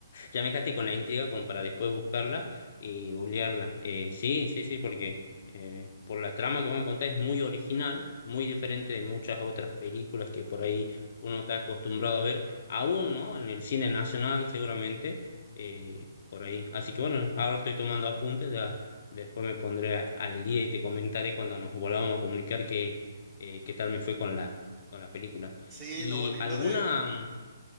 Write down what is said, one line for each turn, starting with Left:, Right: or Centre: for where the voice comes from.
Left: Ya me dejaste con la intriga como para después buscarla y googlearla. Eh, sí, sí, sí, porque eh, por la trama que vos me contás es muy original, muy diferente de muchas otras películas que por ahí uno está acostumbrado a ver, aún, ¿no? En el cine nacional seguramente, eh, por ahí. Así que bueno, ahora estoy tomando apuntes, ya después me pondré a- al día y te comentaré cuando nos volvamos a comunicar qué, eh, qué tal me fue con la, con la película.
Right: Sí,
Left: ¿Y
Right: lo bonito
Left: alguna...
Right: de...
Left: mm,